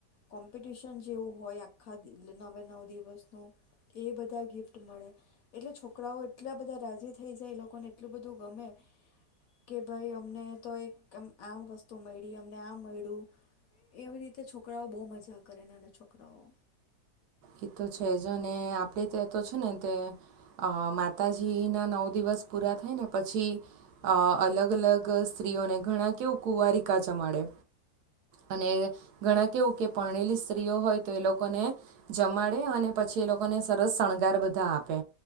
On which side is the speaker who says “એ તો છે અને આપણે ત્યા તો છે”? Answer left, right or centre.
Right